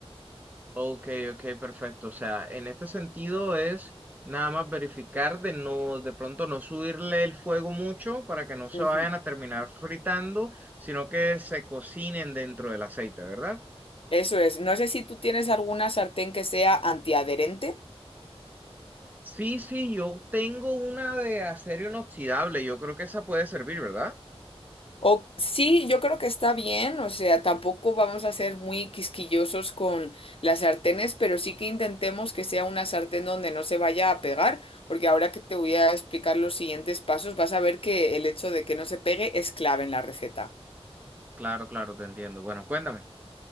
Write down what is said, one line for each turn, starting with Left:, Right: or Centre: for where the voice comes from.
Right: Ok, ok, perfecto. O sea, en este sentido es nada más verificar de no, de pronto no subirle el fuego mucho para que no se
Left: Ujú.
Right: vayan a terminar fritando, sino que se cocinen dentro del aceite, ¿verdad?
Left: Eso es, no sé si tú tienes alguna sartén que sea antiadherente.
Right: Sí, sí, yo tengo una de acero inoxidable. Yo creo que esa puede servir, ¿verdad?
Left: O, sí, yo creo que está bien, o sea, tampoco vamos a ser muy quisquillosos con las sartenes, pero sí que intentemos que sea una sartén donde no se vaya a pegar, porque ahora que te voy a explicar los siguientes pasos, vas a ver que el hecho de que no se pegue es clave en la receta.
Right: Claro, claro, te entiendo. Bueno, cuéntame.